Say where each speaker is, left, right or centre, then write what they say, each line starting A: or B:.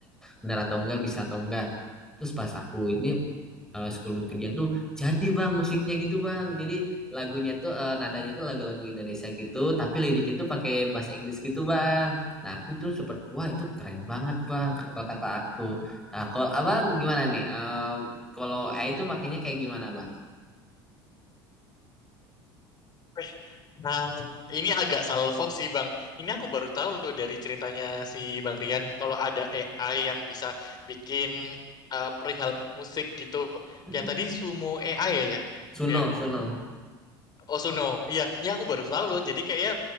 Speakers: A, in the centre; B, on the left.
A: benar atau enggak bisa atau enggak terus pas aku ini eh, 10 menit kemudian tuh jadi bang musiknya gitu bang jadi lagunya tuh eh, nadanya itu lagu-lagu Indonesia gitu tapi liriknya tuh pakai bahasa Inggris gitu bang nah aku tuh sempet wah itu keren banget bang kata kata aku nah kalau abang gimana nih Eh, kalau eh, itu makanya kayak gimana bang
B: Eh, nah, ini agak salfok sih, Bang. Ini aku baru tahu loh dari ceritanya si Bang Rian. Kalau ada AI yang bisa bikin eh, perihal musik gitu.
A: <laughs>
B: Yang tadi Sumo AI ya?
A: Suno
B: Ya.
A: Suno
B: Osuno. Iya, ini aku baru tahu loh. Jadi kayaknya